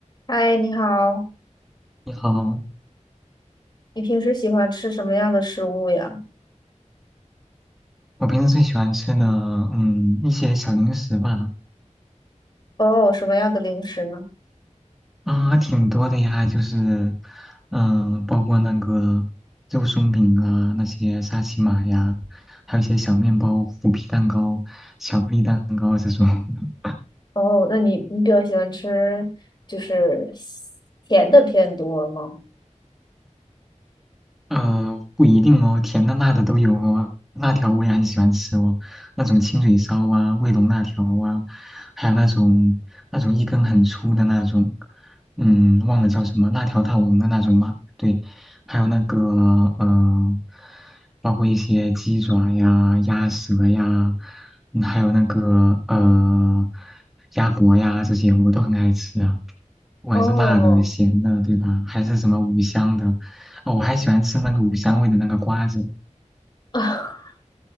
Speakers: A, on the left (about 35°); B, in the centre.
A: 嗨，你好，
B: 你好，
A: 你平时喜欢吃什么样的食物呀？
B: 我平时最喜欢吃的，嗯，一些小零食吧，
A: 哦，什么样的零食呢？
B: 啊，挺多的呀，就是，嗯、包括那个肉松饼啊，那些沙琪玛呀，还有一些小面包、虎皮蛋糕、巧克力蛋糕这种。<laughs>
A: 哦，那你你比较喜欢吃就是西甜的偏多吗？
B: 呃，不一定哦，甜的、辣的都有哦。辣条我也很喜欢吃哦，那种清水烧啊、卫龙辣条啊，还有那种那种一根很粗的那种，嗯，忘了叫什么，辣条大王的那种嘛。对，还有那个呃，包括一些鸡爪呀、鸭舌呀，嗯还有那个呃鸭脖呀这些，我都很爱吃啊。不管是辣的、
A: 哦，
B: 咸的，对吧？还是什么五香的，哦，我还喜欢吃那个五香味的那个瓜子。
A: <laughs>